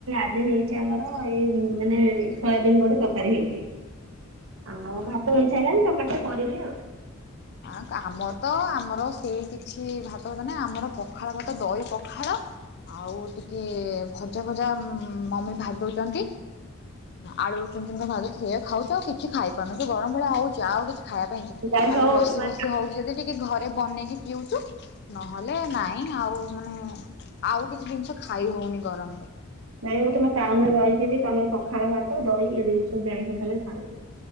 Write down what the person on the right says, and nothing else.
ଆଜି ହେଇଛି ଆମର ଏଇ ମାନେ ସୋୟାବିନ ବଡେ ତରକାରୀ ହେଇଚି। ଆଉ
ଭାତ ହେଇସାରିଲଣି ତରକା ଟା କରିବି ଆଉ।
ଯାଇ
ହଉ
ତମେ
ଯାଇ ହଉ ତମେ ଟାଉନ ରେ ରହିଥିବି ତମେ ପଖାଳ ଭାତ ଦହି ଏ ଜିନିଷ ଯାଇ ହଉ ତମେ ଖାଉଛ